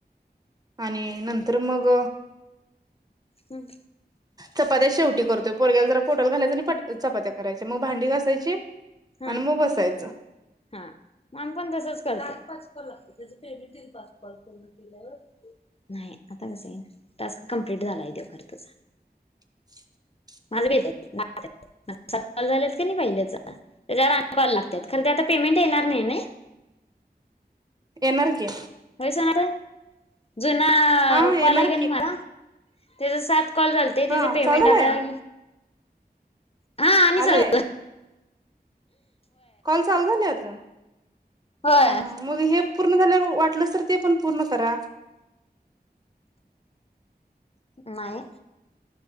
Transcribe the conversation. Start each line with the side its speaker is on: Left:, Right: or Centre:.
Right: आणि नंतर मग
Left: हम्
Right: चपात्या शेवटी करतोय. पोरग्याला जरा पोटात घालायच आणि पट चपात्या करायच्या. मग भांडी घास सायची.
Left: हा
Right: अनी मग बसायचं.
Left: हा. मग आम्ही पण तसचं करतोय. झाली पाच काॅल आता त्याचं पेमेंट येईल पाच कॉल पूर्ण केल्यावर. नाही आता कसं येईल. टास्क कम्प्लीट झालाय त्यो खरं तुझा
Right: <inaudible>
Left: माझं बी येत्यात <unintelligible> माझं सगळं कॉल झाल्यात की नाही पहिल्याचं. त्याच्यावर आणि कॉल लागत्यात. खरं ते आता पेमेंट येणार नाही नई
Right: येणार की.
Left: होय सना ताई जुना
Right: हा येणार
Left: कॉल आहे की नाही माझा. त्याच सात कॉल झालते.
Right: हा
Left: त्याच पेमेंट
Right: चालू
Left: आता
Right: झालंय
Left: येईल. हा. आणि चाल
Right: आलंय कॉल चालू झालेय का?
Left: होय
Right: हम हम मग हे पूर्ण झाल्यावर, वाटलंस तर ते पण पूर्ण करा.
Left: नाही.